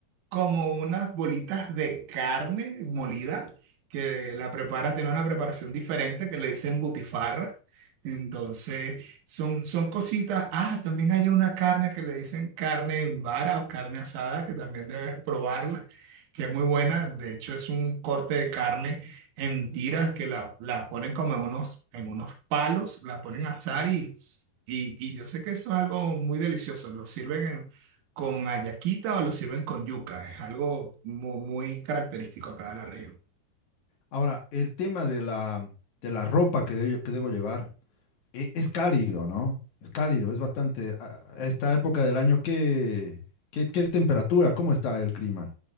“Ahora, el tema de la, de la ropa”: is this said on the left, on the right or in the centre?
Left